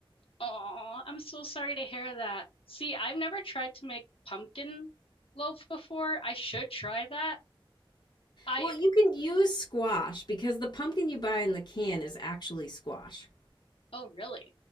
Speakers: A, on the left; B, on the left.
A: Oh, I'm so sorry to hear that. See, I've never tried to make pumpkin loaf before. I should try that. I,
B: Well, you can use squash because the pumpkin you buy in the can is actually squash.
A: oh, really?